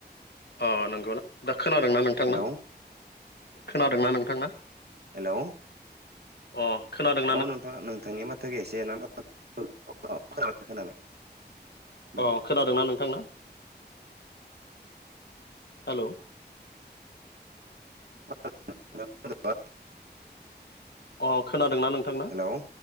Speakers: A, on the left (about 70°); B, on the right (about 65°).
A: अ नंगौना दा खोनादोंना नोंथांना
B: हेलौ
A: खोनादोंना नोंथांना
B: हेलौ
A: अ खोनादों
B: अ नोंथां नोंथांनि माथोखो <unintelligible> औ खोनाबाय खोनाबाय
A: अ खोनादोंना नोंथां ना हेल'
B: <unintelligible>
A: अह खोनादों नोंथांना
B: हेलौ